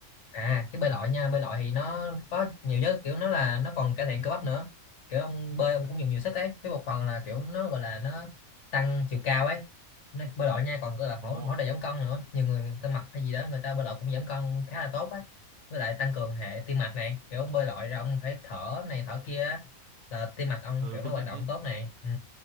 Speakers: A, on the left; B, on the right.
A: à cái bơi lội nha bơi lội thì nó có nhiều chứ kiểu nó là nó còn cải thiện cơ bắp nữa kiểu ông bơi ông cũng dùng nhiều sức ấy với một phần là kiểu nó gọi là nó tăng chiều cao ấy nó bơi lội nha còn gọi là hỗ
B: ồ
A: hỗ trợ giảm cân nữa nhiều người người ta mập hay gì đó người ta bơi lội cũng giảm cân khá là tốt ấy với lại tăng cường hệ tim mạch này kiểu ông bơi lội ra ông phải thở này thở kia á, là tim mạch ông
B: ừ
A: kiểu nó
B: công
A: hoạt
B: nhận
A: động
B: đấy
A: tốt này ừ.